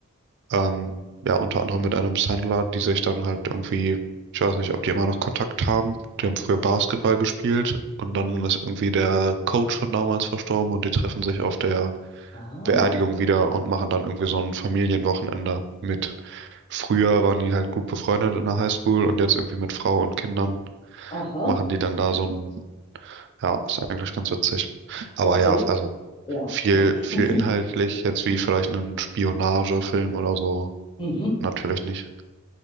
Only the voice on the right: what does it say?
Ähm, ja, unter anderem mit einem Sandler, die sich dann halt irgendwie, ich weiß nicht, ob die immer noch Kontakt haben. Die haben früher Basketball gespielt und dann ist irgendwie der Coach von damals verstorben und die treffen sich auf der
Beerdigung wieder und machen dann irgendwie so ein Familienwochenende mit. Früher waren die halt gut befreundet in der Highschool und jetzt irgendwie mit Frau und Kindern
machen die dann da so ein, ja, ist eigentlich ganz witzig. Aber
ja, also
viel, viel
inhaltlich, jetzt wie vielleicht einen Spionagefilm oder so,
natürlich nicht.